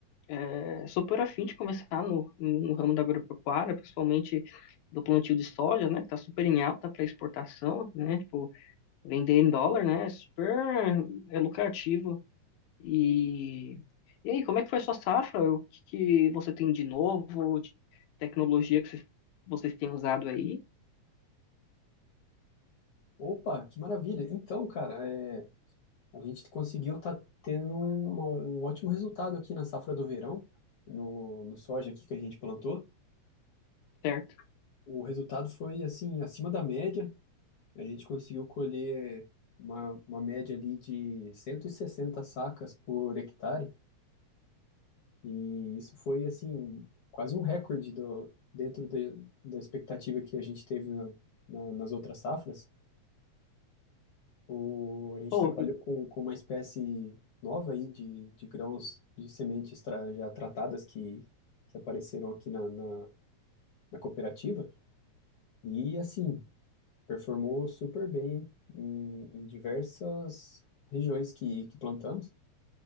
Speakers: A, on the left (about 80°); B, on the left (about 65°).
A: é, super afim de começar no, no ramo da agropecuária, principalmente do plantio de soja, né, que tá super em alta para exportação, né, tipo, vender em dólar, né, é super é lucrativo. E, e aí, como é que foi a sua safra? O que, que você tem de novo, de tecnologia que vocês, vocês têm usado aí?
B: Opa, que maravilha! Então, cara, é, a gente conseguiu estar tendo um, um ótimo resultado aqui na safra do verão, no, no soja aqui que a gente plantou.
A: Certo.
B: O resultado foi assim, acima da média. A gente conseguiu colher uma, uma média ali de 160 sacas por hectare. E isso foi assim, quase um recorde do, dentro de- da expectativa que a gente teve na- na- nas outras safras. O, a gente
A: Pô,
B: trabalhou com, com uma espécie nova aí de, de grãos de sementes tra- já tratadas que, que apareceram aqui na, na na cooperativa. E assim, performou super bem em, em diversas regiões que, que plantamos,